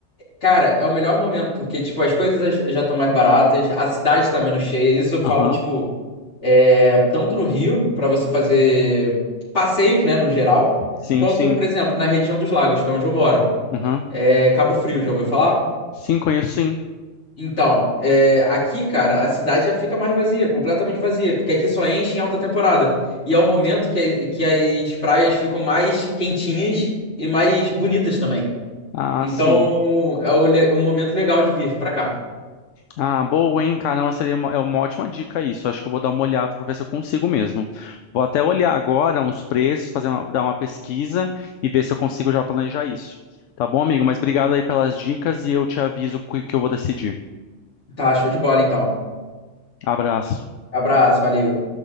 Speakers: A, on the left (about 70°); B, on the left (about 85°).
A: cara, é o melhor momento, porque tipo, as coisas já estão mais baratas, a cidade está menos cheia, isso eu falo,
B: Aham.
A: tipo, é, tanto no Rio, para você fazer passeios, né, no geral,
B: Sim,
A: quanto,
B: sim.
A: por exemplo, na região dos lagos, que é onde eu moro.
B: Aham.
A: É Cabo Frio, já ouviu falar?
B: Sim, conheço sim.
A: Então, é, aqui, cara, a cidade já fica mais vazia, completamente vazia, porque aqui só enche em alta temporada. E é o momento que, a- que as praias ficam mais quentinhas e mais bonitas também.
B: Ah,
A: Então,
B: sim.
A: é o le- um momento legal de vir pra cá.
B: Ah, boa, hein? Caramba, seria uma, é uma ótima dica isso. Acho que eu vou dar uma olhada para ver se eu consigo mesmo. Vou até olhar agora uns preços, fazer uma- dar uma pesquisa e ver se eu consigo já planejar isso. Tá bom, amigo? Mas obrigado aí pelas dicas e eu te aviso o que que eu vou decidir.
A: Tá, show de bola, então.
B: Abraço.
A: Abraço, valeu.